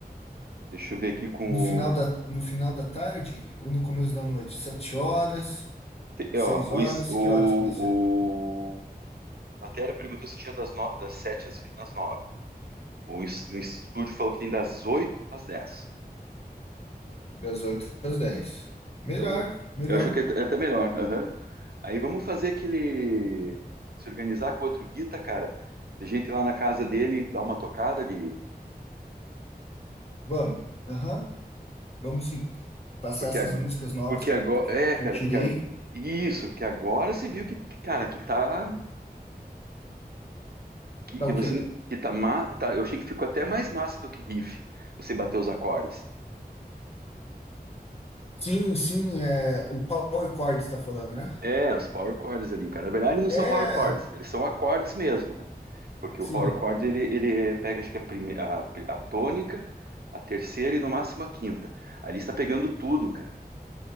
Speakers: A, on the right; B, on the left.
A: Deixa eu ver aqui com
B: No
A: o.
B: final da, no final da tarde ou no começo da noite? Sete horas,
A: Te-
B: seis
A: é, Ó, o,
B: horas,
A: ins- o,
B: que horas que vai ser?
A: o... a Matéria perguntou se tinha das, no... das 7 às, vi- às 9. O, ins- o estúdio falou que tem das 8 às 10.
B: Das oito às dez. Melhor,
A: Então,
B: melhor.
A: eu acho que é até melhor. aham. Aí vamos fazer aquele. Se organizar com outro guita, cara. De gente ir lá na casa dele e dar uma tocada de.
B: Vamos. Aham, Vamos sim. Passar
A: Porque,
B: essas
A: ag-
B: músicas novas
A: porque
B: que
A: agora.
B: eu, que,
A: É,
B: que
A: cara,
B: eu tirei.
A: porque. ag- Isso, porque agora se viu que, que, cara, que tá. Que,
B: É
A: que
B: o
A: você.
B: quê?
A: Que tá, ma... tá. Eu achei que ficou até mais massa do que riff. Você bater os acordes.
B: Sim, sim, é o Power Chord está falando, né?
A: É, os power chords ali, cara. Na verdade, não
B: É,
A: são power chords, eles são acordes mesmo, né? Porque
B: sim.
A: o power chord ele, ele pega, acho que a, prime... a, a tônica, a terceira e no máximo a quinta. Ali está pegando tudo, cara.